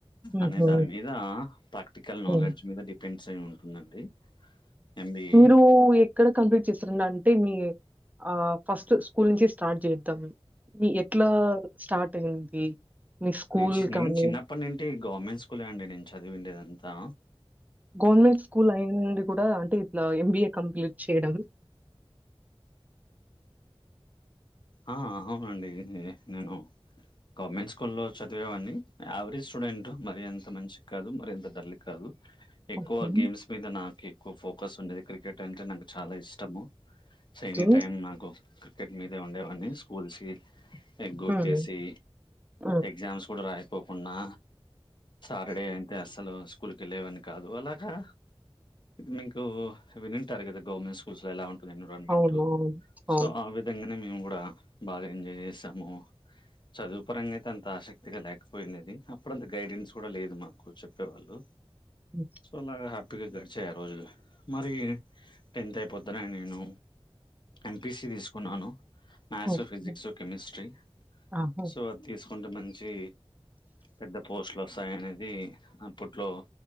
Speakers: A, on the right; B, on the left.
A: హుహు.
B: అనే దాని మీద ప్రాక్టికల్ నాలెడ్జ్
A: హ్మ్.
B: మీద డీప్ పెన్స్ ఐ ఉంటుందండి ఎంబిఏ
A: మీరు ఎ ఎక్కడ కంప్లీట్ చేస్తార అంటే మీ ఆ ఫస్ట్ స్కూల్ నుంచి స్టార్ట్ చేద్దాం. మీ ఎట్లా స్టార్ట్ అయింది. మీ స్కూల్
B: నెంషినెన్
A: కానీ
B: చిన్నప్పటి నుంటి గవర్నమెంట్ స్కూలే అండి నేను చదివిందంతా.
A: గవర్నమెంట్ స్కూల్ అయిండి కూడా అంటే ఇట్లా ఎంబిఏ కంప్లీట్ చేయడం.
B: ఆ అవునండి నే నేను గవర్నమెంట్ స్కూల్లో చదివేవాన్నని యావరేజ్ స్టూడెంట్ మరి ఎంత మంచికి కాదు మరి అంతా డల్ కాదు ఎక్కువ
A: ఓకే. ఓకే.
B: గేమ్స్ మీద నాకు ఎక్కువ ఫోకస్ ఉండేది క్రికెట్ అంటే నాకు చాలా ఇష్టము. స ఎనీ
A: హ్మ్.
B: టైమ్ నాకు క్రికెట్ మీదే ఉండేవన్నీ స్కూల్స్ ఎగ్ కొట్టేసి
A: హ్మ్. హ్మ్.
B: ఎగ్జామ్స్ కూడా రాయిపోకుండా సాటర్డే. తే అసలు స్కూల్ కి వెళ్ళవని కాదు అలాగా. మీకు వినింటారు కదా గవర్నమెంట్ స్కూల్స్ లో ఎలా ఉంట ఎన్విరాన్మెంట్
A: అవును. అవును.
B: సో
A: అవును.
B: ఆ విధంగానే మేము కూడా బాగా ఎంజాయ్ చేసాము. చదువు పరంగా అయితే అంత ఆసక్తిగా లేకపోయినది అప్పుడు అంత గైడెన్స్ కూడా లేదు మాకు చెప్పేవాళ్ళు.
A: అ
B: సో అలాగా హ్యాపీగా గడిచాయి ఆ రోజులు మరి టెన్త్ అయిపోతనే నేను ఎంపీసి తీసుకున్నాను మ్యాథ్స్
A: ఓకే.
B: ఫిజిక్స్ కెమిస్ట్రీ
A: ఆహా!
B: సో అ తీసుకుంటే మంచి పెద్ద పోస్ట్లు వస్తాయినేది అప్పట్లో